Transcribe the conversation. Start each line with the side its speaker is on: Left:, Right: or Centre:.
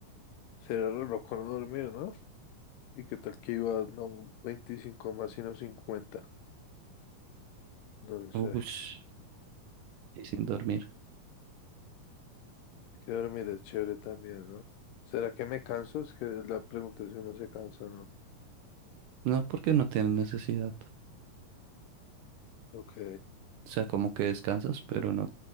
Left: Sería re loco no dormir, ¿no? ¿Y qué tal que iba, no 25 más, sino 50? No lo sé.
Right: Ush, y sin dormir.
Left: Que dormir es chévere también, ¿no? ¿Será que me canso? Es que la pregunta es si uno se cansa o no.
Right: No, porque no tienen necesidad.
Left: Ok,
Right: O sea, como que descansas, pero no